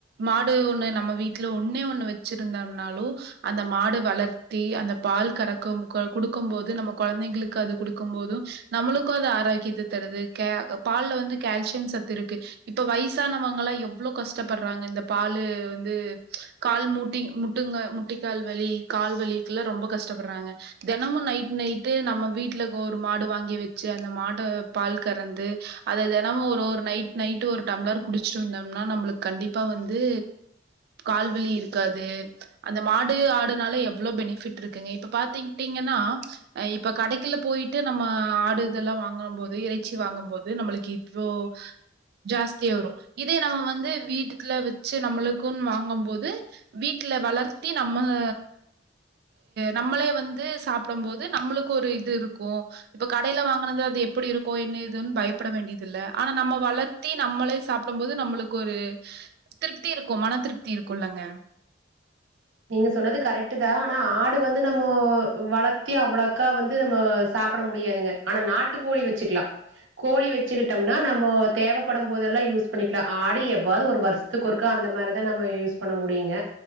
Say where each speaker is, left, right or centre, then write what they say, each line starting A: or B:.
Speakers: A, on the right (about 55°); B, on the right (about 80°).
A: மாடு ஒண்ணு நம்ம வீட்டுல ஒண்ணே ஒண்ணு வச்சிருந்தாம். னாலு அந்த மாடு வளர்த்தி அந்த பால் கறக்கும் கொடுக்கும் போது நம்ம குழந்தைங்களுக்கு அது கொடுக்கும் போதும் நம்மளுக்கும் அது ஆரோக்கியத்த தருது கே பால்ல வந்து கேல்சியம் சத்து இருக்கு. இப்ப வயசானவங்களாம் எவ்வளவோ கஷ்டப்படுறாங்க இந்த பாலு வந்து ம்ச் கால் மூட்டி முட்டி. முட்டுங்க முட்டிங் கால் வலி கால்வலிக்கெல்லாம் ரொம்ப கஷ்டப்படுறாங்க. தினமும் நைட் நைட்டு நம்ம வீட்டுல ஒரு மாடு வாங்கி வச்சு அந்த மாட பால் கறந்து அத தினமும் ஒரு ஒரு நைட் நைட்டு ஒரு டம்ளர் குடிச்சிட்டு வந்தோம்னா நம்மளுக்கு கண்டிப்பா வந்து கால்வலி இருக்காது. அந்த மாடு ஆடுனால எவ்வளவு பெனிஃபிட் இருக்குங்க இப்ப பாத்திட்டீங்கன்னா ஹ இப்ப கடைக்குல்ல போயிட்டு நம்ம ஆடு இதெல்லாம் வாங்கும் போது இறைச்சி வாங்கும் போது நம்மளுக்கு இவ்வளோ ஜாஸ்தியா வரும் இதே நம்ம வந்து வீட்டுல வச்சு நம்மக்கும்ன்னு வாங்கும் போது வீட். வீட்டுல வளர்த்தி நம்ம ஹ நம்மளே வந்து சாப்பிடும் போது நம்மளுக்கு ஒரு இது இருக்கும் இப்ப கடையில வாங்கினது அது எப்படி இருக்கும் என்ன ஏதுன்னு பயப்பட வேண்டியது இல்ல ஆனா நம்ம வளர்த்தி நம்மளே சாப்பிடும் போது நம்மளுக்கு ஒரு திருப்தி இருக்கும் மன திருப்தி இருக்கும் இல்லங்க.
B: நீங்க சொன்னது கரெக்ட் தான் ஆனா ஆடு வந்து நம்மோ வளத்தி அவ்வளோக்கா வந்து நம்ம சாப்பிட முடியாதுங்க ஆனா நாட்டு கோழி வச்சுக்கலாம். கோழி வச்சுக்கிட்டோம்னா நம்ம தேவைப்படும் போதெல்லாம் யூஸ் பண்ணிக்கலாம் ஆடு எவ்வாவது ஒரு வருஷத்துக்கு ஒருக்கா அந்த மாதிரிதான் நம்ம யூஸ் பண்ண முடியுங்க